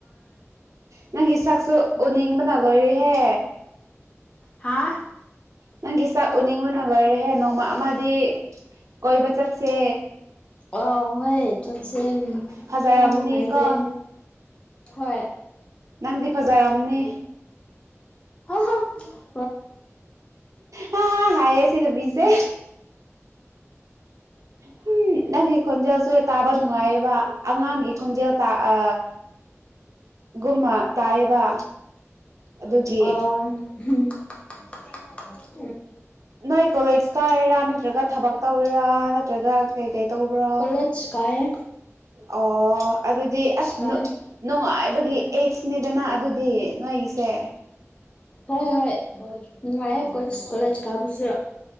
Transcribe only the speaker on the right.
ꯅꯪꯒꯤ ꯁꯛꯁꯨ ꯎꯅꯤꯡꯕꯅ ꯂꯣꯏꯔꯦꯍꯦ
ꯅꯪꯒꯤ ꯁꯛ ꯎꯅꯤꯡꯕꯅ ꯂꯣꯏꯔꯦꯍꯦ ꯅꯣꯡꯃ ꯑꯃꯗꯤ ꯀꯣꯏꯕ ꯆꯠꯁꯦ
ꯐꯖꯔꯝꯅꯤꯀꯣ
ꯅꯪꯗꯤ ꯐꯖꯔꯝꯅꯤ
ꯍꯥ ꯍꯥꯏꯌꯦ ꯁꯤ ꯅꯨꯄꯤꯁꯦ ꯍꯨꯝ ꯅꯪꯒꯤ ꯈꯣꯟꯖꯦꯜꯁꯦ ꯇꯥꯕ ꯅꯨꯡꯉꯥꯏꯌꯦꯕ ꯑꯉꯥꯡꯒꯤ ꯈꯣꯟꯖꯦꯜ ꯇꯥ ꯑ ꯒꯨꯝꯃ ꯇꯥꯏꯌꯦꯕ
ꯑꯗꯨꯒꯤ ꯅꯣꯏ ꯀꯣꯂꯦꯖ ꯀꯥꯏꯔꯤꯔꯥ ꯅꯠꯇ꯭ꯔꯒ ꯊꯕꯛ ꯇꯧꯔꯤꯔꯥ ꯅꯠꯇ꯭ꯔꯒ ꯀꯩ ꯀꯩ ꯇꯧꯕ꯭ꯔꯣ
ꯑꯣ ꯑꯗꯨꯗꯤ ꯑꯁ
ꯅꯨꯠ ꯅꯨꯡꯉꯥꯏꯕꯒꯤ
ꯑꯦꯠꯁꯅꯤꯗꯅ ꯑꯗꯨꯗꯤ ꯅꯣꯏꯒꯤꯁꯦ